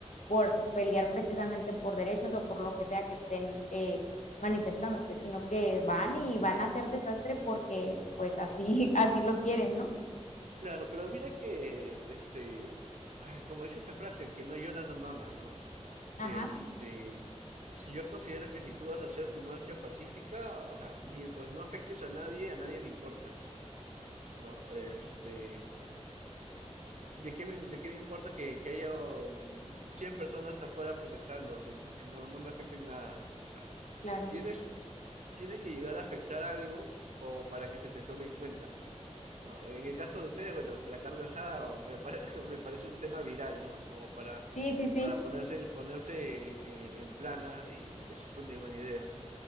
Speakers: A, on the left; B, on the right.
A: por pelear precisamente por derechos o por lo que sea que estén eh, manifestándote, sino que van y van a hacer desastre porque pues así, <laughs> así lo quieren, ¿no?
B: Claro, pero mira que, este, ay, como dice esta frase, el que no llora no mama, ¿no?
A: Ajá,
B: Este, si yo considero que si tú vas a hacer tu marcha pacífica, o sea, mientras no afectes a nadie, a nadie le importas, ¿no? Este, ¿de qué me, de qué me importa que, que haya um, 100 personas afuera protestando si, si no, no me afecten nada? O sea,
A: claro.
B: Tienes, tienes que llegar a afectar algo como para que se te tome en cuenta, ¿no? En el caso de ustedes, bueno, la carne asada me, pare- <laughs> me parece un tema viral, ¿no? Como para,
A: Sí, sí, sí.
B: para ponerse, ponerse en, en plana y eso es una buena idea.